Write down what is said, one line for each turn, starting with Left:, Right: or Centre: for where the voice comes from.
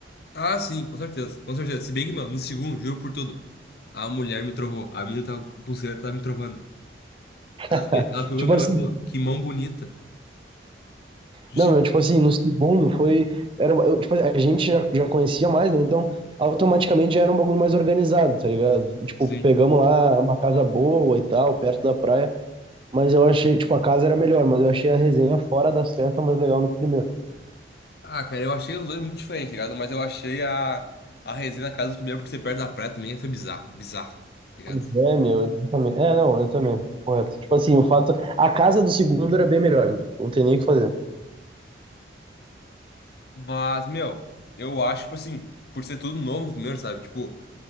Left: Ah, sim, com certeza, com certeza. Se bem que, meu, no segundo, juro por tudo, a mulher me trovou, a menina tava, com pulseira tava me trovando.
Right: <laughs>
Left: Ela, pe- ela pegou
Right: Tipo
Left: minha
Right: assim,
Left: mão e falou, que mão bonita. Sim,
Right: Não, meu, tipo assim, no segundo foi. Era, eu, tipo, a gente já, já conhecia mais, né? Então, automaticamente já era um bagulho mais organizado, tá ligado? E, tipo,
Left: sim.
Right: pegamos lá uma casa boa e tal, perto da praia. Mas eu achei, tipo, a casa era melhor, mas eu achei a resenha fora da certa mais legal no primeiro.
Left: Ah, cara, eu achei os dois muito diferentes, tá ligado? Mas eu achei a, a resenha na casa do primeiro por ser perto da praia também foi bizarro, bizarro, tá ligado?
Right: Pois é, meu, eu também. É, não, eu também. Correto. Tipo assim, o fato. A casa do segundo era bem melhor, né? Não tem nem o que fazer.
Left: Mas, meu, eu acho, tipo assim, por ser tudo novo primeiro, sabe? Tipo.